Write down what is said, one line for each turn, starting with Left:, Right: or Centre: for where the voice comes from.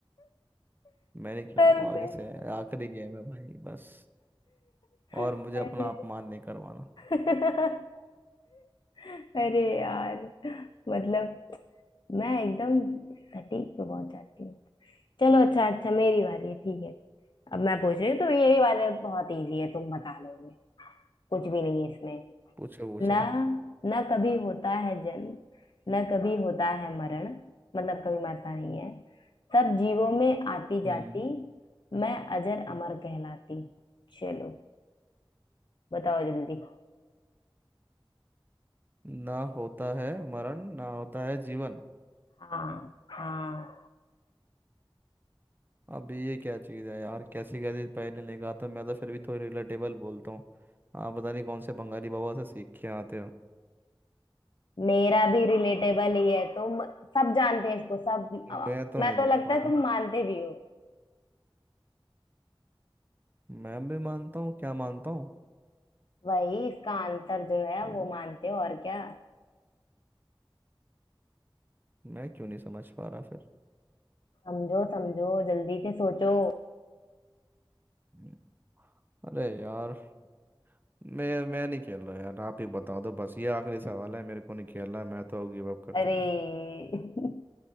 Right: मैं नहीं खेलूंगा
Left: सर
Right: आगे
Left: पे
Right: से आखिरी गेम है भाई बस
Left: <laughs>
Right: और मुझे अपना
Left: अरे
Right: अपमान नहीं करवाना
Left: <laughs> अरे यार मतलब मैं एकदम सटीक पे पहुंच जाती हूँ चलो अच्छा अच्छा मेरी बारी है ठीक है अब मैं पूछ रही हूँ तो ये वाला बहुत इजी है तुम बता लोगे कुछ भी नहीं है इसमें
Right: पूछो पूछो
Left: ना ना कभी होता है जन्म ना कभी होता है मरण मतलब कभी मरता नहीं है सब जीवों में आती जाती
Right: हम्म
Left: मैं अजर अमर कहलाती चलो बताओ जल्दी
Right: ना होता है मरण ना होता है जीवन
Left: हाँ हाँ
Right: अब ये क्या चीज़ है यार कैसी कैसी पहले लेके आता हूँ मैं तो फिर भी थोड़ी रिलेटेबल बोलता हूँ आप पता नहीं कौन से बंगाली बाबा से सीख के आते हो
Left: मेरा भी रिलेटेबल ही है तुम सब जानते हैं इसको सब आ,
Right: मैं तो
Left: मैं
Right: नहीं
Left: तो
Right: देख
Left: लगता
Right: पा
Left: है
Right: रहा
Left: तुम मानते भी हो
Right: मैं भी मानता हूँ क्या मानता हूँ
Left: वही इसका आंसर जो है
Right: मैं
Left: वो मानते हो और क्या
Right: मैं क्यों नहीं समझ पा रहा फिर
Left: समझो समझो जल्दी से सोचो
Right: हम्म, अरे यार मैं मैं नहीं खेल रहा यार आप ही बता दो बस ये आखिरी सवाल है मेरे को नहीं खेल रहा मैं तो गिव अप कर चुका
Left: अरे
Right: हूँ।
Left: <laughs>